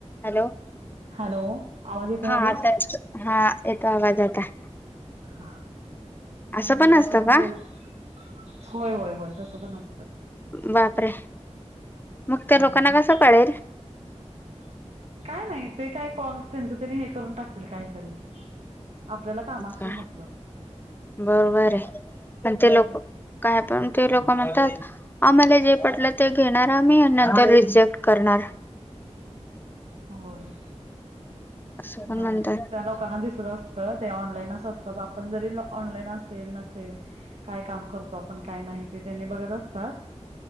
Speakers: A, on the left; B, on the right.
A: Hello!
B: Hello आवाज येतोय
A: हा
B: माझा
A: आता येतो हा. येतो आवाज आता.
B: हा! मग
A: असं पण
B: मगाशी
A: असतं
B: आपण
A: का
B: बोलत होय, होय, होय, तस. पण असत.
A: बापरे मग त्या
B: हम्म
A: लोकांना कस कळेल.
B: काय नाही, ते काय कॉल त्यांच तेनी हे करून टाकतील काहीतरी. आपल्याला कामाशी
A: का
B: मतलब
A: बरोबर आहे, पण
B: हम्म
A: ते लोक काय पण ते लोक. म्हणतात आम्हाला जे पटलं ते घेणार आम्ही नंतर रिजेक्ट करणार.
B: होय
A: असं
B: नाही,
A: पण म्हणतात
B: नाही, त्या लोकांना दिसत असत. ते ऑनलाईनच असतात. आपण जरी ऑनलाईन असेल-नसेल काय काम करतो आपण काय नाही ते त्यांनी बघत असतात.